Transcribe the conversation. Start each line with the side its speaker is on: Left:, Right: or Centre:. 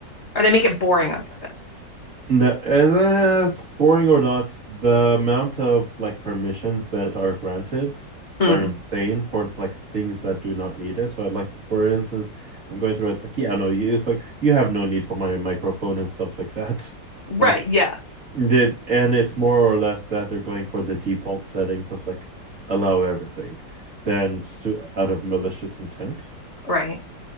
Left: Or they make it boring on purpose.
Right: No, as boring or not, the amount of like permissions that are granted
Left: Mm.
Right: are insane for like things that do not need it. So I'd like, for instance, if I'm going through, it's like, yeah, no, you, it's like you have no need for my microphone and stuff like that. <laughs>
Left: Right,
Right: Like,
Left: yeah.
Right: they, and it's more or less that they're going for the default settings of like allow everything, than to out of malicious intent.
Left: Right.